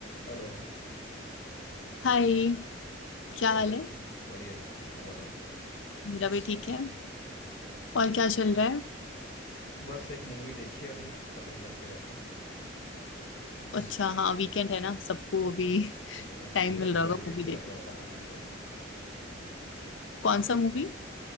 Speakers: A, on the left; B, on the left.
A: Hello
B: हाय क्या
A: कैसे
B: हाल है
A: हो बढ़िया जी बढ़िया आप बताओ
B: मेरा भी ठीक है और क्या चल रहा है
A: बस एक मूवी देखी है, अभी खत्म करके बैठा हूँ
B: अच्छा हाँ वीकेंड है ना सबको अभी
A: बस
B: <laughs>
A: बस
B: टाइम
A: वीकेंड
B: मिल रहा
A: का
B: होगा
A: ही वेट
B: मूवी देखने
A: कर रहा होता
B: का
A: हूँ मैं तो
B: कौन सा मूवी